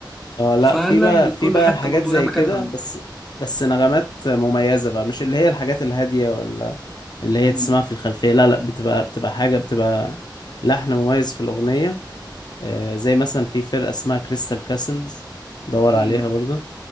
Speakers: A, on the left (about 60°); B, in the centre.
A: اه لا
B: فلا
A: في بقى
B: يعني
A: في
B: كل
A: بقى
B: حته
A: حاجات
B: برضو
A: زي
B: لها مكانها
A: كده بس بس نغمات مميزة بقى مش اللي هي الحاجات الهادية ولا اللي هي
B: مم.
A: تسمعها في الخلفية لا لا بتبقى بتبقى حاجة بتبقى لحن مميز في الأغنية آه، زي مثلا في فرقة اسمها كريستال كاسلز دور
B: مم.
A: عليها برضه